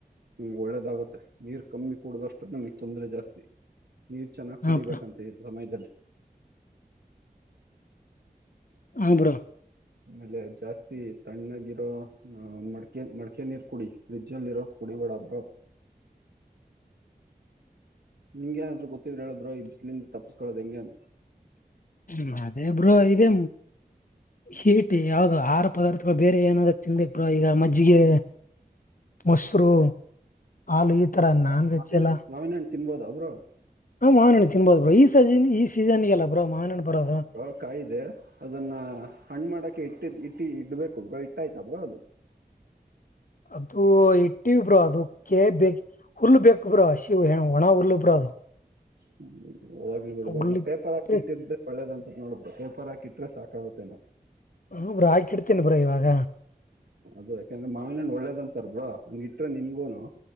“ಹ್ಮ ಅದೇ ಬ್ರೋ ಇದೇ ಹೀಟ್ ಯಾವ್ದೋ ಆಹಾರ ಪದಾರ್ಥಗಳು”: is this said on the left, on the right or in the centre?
Left